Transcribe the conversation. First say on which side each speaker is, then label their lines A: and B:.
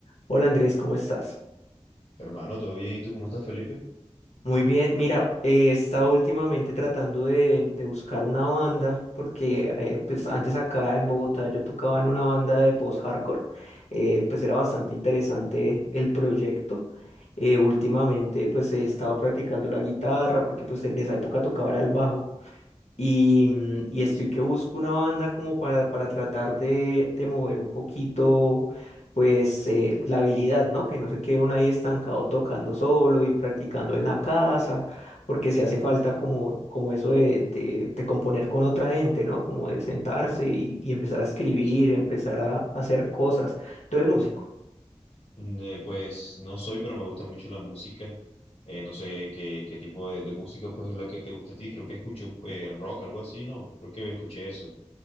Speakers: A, on the left; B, on the left.
A: Hola Andrés, ¿cómo estás?
B: Hermano, ¿todo bien? ¿Y tú cómo estás, Felipe?
A: Muy bien, mira, eh, he estado últimamente tratando de, de buscar una banda, porque eh, pues antes acá en Bogotá yo tocaba en una banda de post-hardcore, eh, pues era bastante interesante el proyecto. Eh, últimamente pues he estado practicando la guitarra, porque pues en esa época tocaba era el bajo. Y, mm,
B: Mm,
A: y estoy que busco una banda como para, para tratar de, de mover un poquito, pues, eh, la habilidad, ¿no? Que no se quede uno ahí estancado tocando solo y practicando en la casa, porque se hace falta como, como eso de, de, de componer con otra gente, ¿no? Como de sentarse y, y empezar a escribir,
B: sí, sí.
A: empezar a, hacer cosas. ¿Tú eres músico?
B: Mm, eh, pues no soy, pero me gusta mucho la música. Eh, no sé qué, qué tipo de, de música pues es la que te gusta a ti. Creo que escuché eh, rock, algo así, ¿no? Creo que escuché eso.